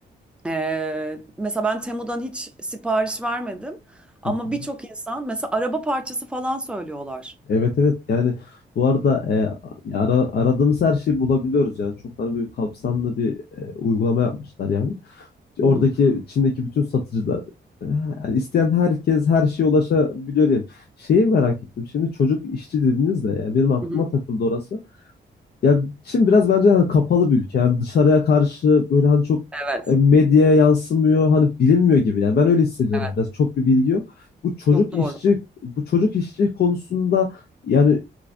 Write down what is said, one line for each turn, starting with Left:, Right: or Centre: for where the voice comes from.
Centre: e, mesela ben Temu'dan hiç sipariş vermedim ama
Left: Hı hı.
Centre: birçok insan mesela araba parçası falan söylüyorlar.
Left: Evet evet yani bu arada e, ara- aradığımız her şeyi bulabiliyoruz yani çok hani böyle kapsamlı bir e, uygulama yapmışlar yani.
Centre: Hı
Left: Oradaki
Centre: hı.
Left: Çin'deki bütün satıcılar e, yani isteyen herkes her şeye ulaşabiliyor diyelim. Şeyi merak ettim. Şimdi çocuk işçi dediniz de ya benim aklıma
Centre: Hı hı.
Left: takıldı orası. Ya Çin biraz bence hani kapalı bir ülke. Yani dışarıya karşı böyle hani çok
Centre: Evet,
Left: e, medyaya yansımıyor. Hani bilinmiyor gibi. Yani ben öyle hissediyorum
Centre: evet.
Left: biraz. Çok bir bilgi yok. Bu çocuk
Centre: Çok doğru.
Left: işçi bu çocuk işçi konusunda yani